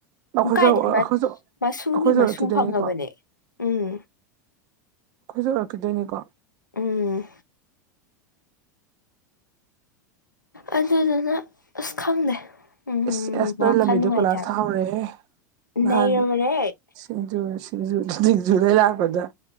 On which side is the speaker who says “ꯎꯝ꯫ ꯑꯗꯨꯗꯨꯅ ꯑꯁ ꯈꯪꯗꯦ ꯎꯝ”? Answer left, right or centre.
Left